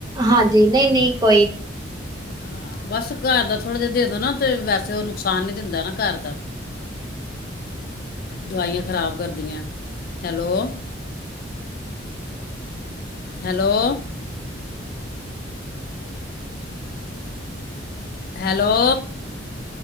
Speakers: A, on the right; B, on the left.
A: ਹਾਂਜੀ ਨਹੀਂ ਨਹੀਂ ਕੋਈ
B: ਹਾਂ ਬਸ ਘਰ ਦਾ ਥੋੜ੍ਹਾ ਜਿਹਾ ਦੇ ਦਿਉ ਨਾ ਤੇ ਵੈਸੇ ਉਹ ਨੁਕਸਾਨ ਨੀ ਦਿੰਦਾ ਨਾ ਘਰ ਦਾ ਦਵਾਈਆਂ ਖਰਾਬ ਕਰਦੀਆਂ। Hello, hello. Hello.